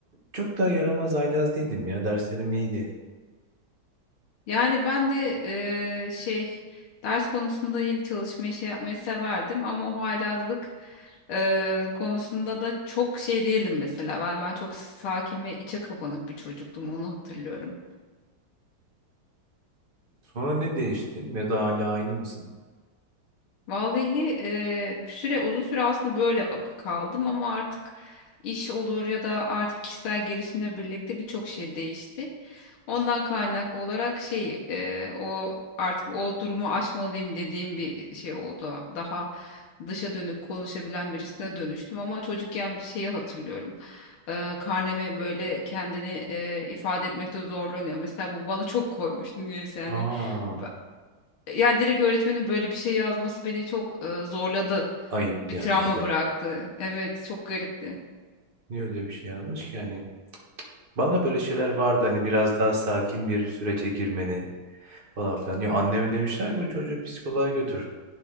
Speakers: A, on the right; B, on the left.
A: Çok da yaramaz haylaz değildim ya, derslerim iyiydi.
B: Yani ben de eee, şey ders konusunda yeni çalışmayı şey yapmayı severdim ama o haylazlık eee, konusunda da çok şey değildim mesela. Ben ben çok sakin ve içe kapanık bir çocuktum onu hatırlıyorum.
A: Sonra ne değişti ya da hala aynı mısın?
B: Vallahi eee, bir süre uzun süre aslında böyle kaldım ama artık iş olur ya da artık kişisel gelişimle birlikte birçok şey değişti. Ondan kaynaklı olarak şey e, o artık o durumu aşmalıyım dediğim bir şey oldu. Daha dışa dönük konuşabilen birisine dönüştüm ama çocukken bir şeyi hatırlıyorum. E, karneme böyle kendini e, ifade etmekte zorlanıyor. Mesela bu bana çok koymuştu niyeyse yani.
A: Aa,
B: Ba- Yani direkt öğretmenin böyle bir şey yazması beni çok e, zorladı.
A: ayıp
B: Bir
A: yani
B: travma
A: bir de.
B: bıraktı. Evet çok garipti.
A: Niye öyle bir şey yazmış ki yani? Bana böyle şeyler vardı hani biraz daha sakin bir sürece girmeni, falan filan. Ya anneme demişler ki bu çocuğu psikoloğa götür.